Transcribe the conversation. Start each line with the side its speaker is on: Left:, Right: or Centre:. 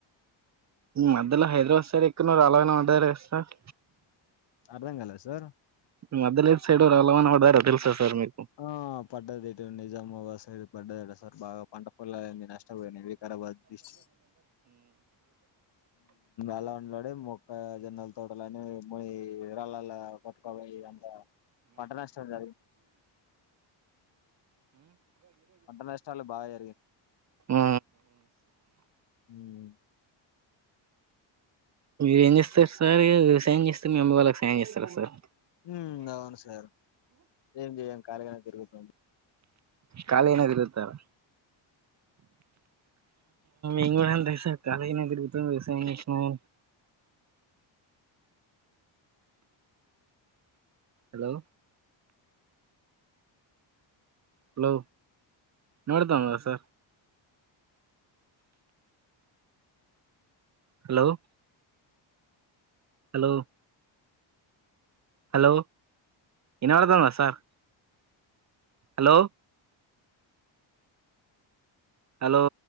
Right: మధ్యలో హైదరాబాద్ సార్ ఎక్క్కడనరు అలాగనా వడ సార్
Left: అర్థం కాలా సార్
Right: మద్యలేదు సైడ్ అలా మ అడదార తెల్సా స మీకు
Left: ఆ పడ్డది ఇటు నిజామాబాద్ సైడ్ పడ్డదట సార్ బాగా పంట పొలాలన్నీ నష్టపోయినాయి వికారాబాద్ డిస్టిక్ అలా ఉండలాడి మొక్క జొన్నలు తోట ని ము ఇ రాళాల కొట్కోవాల పట్టణష్టం అంటర్నేషనల్ బాగాయి
Right: ఉ
Left: మ్
Right: మీరు ఏం చేస్తారు సార్ సైన్ చేస్తారు మీ అమ్బయి వాళ్ళకి సైన్ చేస్తారు సార్
Left: ఉ అవును సార్ ఏం చేం కాలగా రూపం
Right: ఖాళీ ఏనగతార ఇంగ్సా కాళీనగు తిరుగుతరు <unintelligible> హలో హలో నోడతామ సర్ హలో హలో హలో ఇనబడతంద సార్ హలో హలో